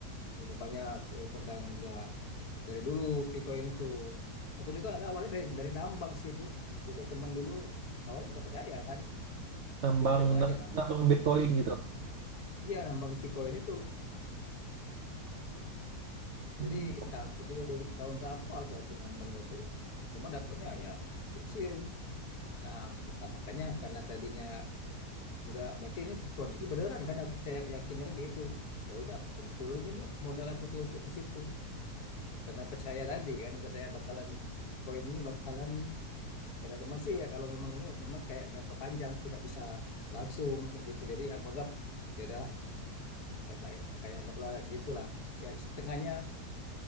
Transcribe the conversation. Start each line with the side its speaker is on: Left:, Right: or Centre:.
Left: udah banyak eh, pegang ya, dari dulu Bitcoin itu aku juga ada awalnya dari dari nambang sih itu jadi teman dulu awalnya nggak percaya kan
Right: nambang
Left: coba coba
Right: nam-
Left: aja nambang
Right: nambang Bitcoin gitu.
Left: iya nambang Bitcoin itu
Right: Hmm,
Left: jadi kita tam- itu dari tahun berapa tuh aku nambangnya itu cuma dapatnya ya kecil nah kita makanya karena tadinya udah berarti ini proyeknya beneran kan aku percaya yakinnya kan kayak gitu ya udah aku cemplungin lah modal aku tuh untuk ke situ karena percaya tadi kan percaya bakalan koin ini bakalan Kata teman sih ya kalau memang itu memang kayak jangka panjang sih nggak bisa langsung kayak gitu. Jadi aku anggap ya udahlah anggaplah ini- kayak anggaplah gitulah. ya setengahnya